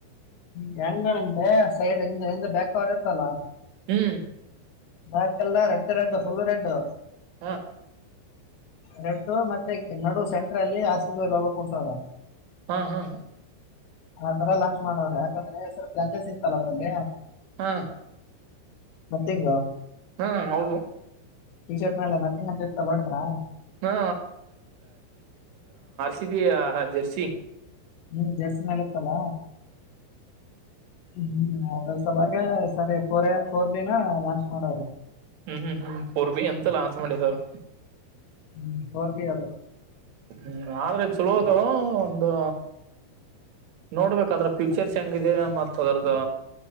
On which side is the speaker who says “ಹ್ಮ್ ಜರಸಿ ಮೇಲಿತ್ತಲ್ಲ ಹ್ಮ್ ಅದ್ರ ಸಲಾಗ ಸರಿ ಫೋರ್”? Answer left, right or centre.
Left